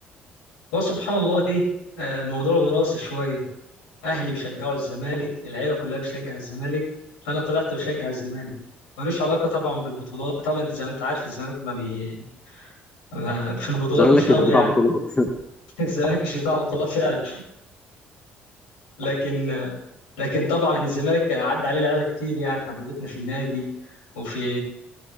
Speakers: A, on the left; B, on the left.
A: هو سبحان الله ايه آه، الموضوع وراثي شويه اهلي بيشجعوا الزمالك العيله كلها بتشجع الزمالك فانا طلعت بشجع الزمالك ملوش علاقه طبعا بالبطولات طبعا انت زي ما انت عارف الزمالك ما بي ما في البطولات
B: الزمالك
A: مش قوي
B: مش
A: يعني
B: بتاع بطولات <laughs>
A: <laughs> الزمالك مش بتاع بطولات فعلا لكن آه، لكن طبعا الزمالك عدى عليه لعيبه كتير يعني حبيبتنا في النادي وفي